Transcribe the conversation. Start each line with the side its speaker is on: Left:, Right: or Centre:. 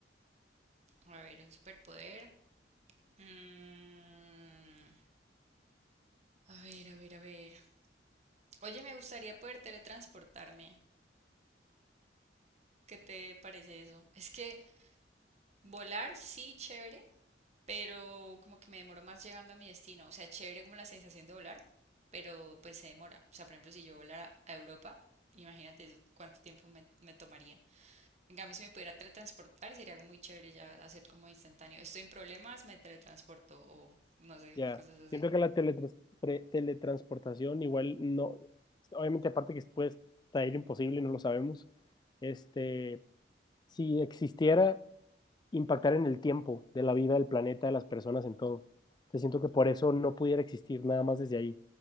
Right: A ver, un superpoder. Mm, a ver, a ver, a ver. Oye, me gustaría poder teletransportarme. ¿Qué te parece eso? Es que volar sí, chévere, pero como que me demoro más llegando a mi destino. O sea, chévere como la sensación de volar, pero pues se demora. O sea, por ejemplo, si yo volara a Europa, imagínate cuánto tiempo me, me tomaría. En cambio, si me pudiera teletransportar, sería algo muy chévere ya hacer como instantáneo. Estoy en problemas, me teletransporto o no sé,
Left: Ya.
Right: cosas así.
Left: Siento que la teletrans- pre- teletransportación igual no, obviamente aparte que puede estar imposible, no lo sabemos. Este, si existiera impactar en el tiempo de la vida, del planeta, de las personas, en todo. Te siento que por eso no pudiera existir nada más desde ahí,